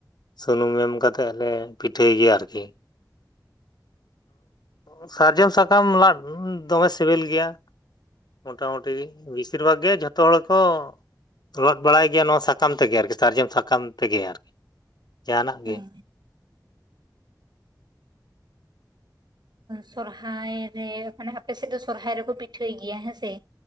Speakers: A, on the left; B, on the right.
A: ᱥᱩᱱᱩᱢ ᱮᱢ ᱠᱟᱛᱮᱫ ᱞᱮ ᱯᱤᱴᱷᱟᱹᱭ ᱜᱤᱭᱟ. ᱟᱨᱠᱤ ᱚᱸᱜ ᱥᱟᱨᱡᱚᱢ ᱥᱟᱠᱟᱢ ᱞᱟᱫ ᱫᱚᱢᱮ ᱥᱤᱵᱤᱞ ᱜᱮᱭᱟ ᱾ ᱢᱳᱴᱟᱢᱩᱴᱤ ᱵᱤᱥᱤᱨ ᱵᱷᱟᱜᱽ ᱜᱮ ᱡᱷᱚᱛᱚ ᱦᱚᱲ ᱠᱚ ᱨᱚᱫ ᱵᱟᱲᱟᱭ ᱜᱮᱭᱟ ᱱᱚᱣᱟ ᱥᱟᱠᱟᱢ ᱛᱮᱜᱮ ᱟᱨᱠᱤ ᱥᱟᱨᱡᱚᱢ ᱥᱟᱠᱟᱢ ᱛᱮᱜᱮ ᱟᱨᱠᱤ, ᱡᱟᱦᱟᱸ ᱱᱟᱜ
B: ᱦᱮᱸ
A: ᱜᱮ᱾
B: ᱥᱚᱨᱦᱟᱭ ᱨᱮ ᱚᱱᱮ ᱟᱯᱮ ᱥᱮᱜ ᱫᱚ ᱥᱚᱨᱦᱟᱭ ᱨᱮᱠᱚ ᱯᱤᱴᱷᱟᱹᱭ ᱜᱮᱭᱟ ᱦᱮᱸᱥᱮ?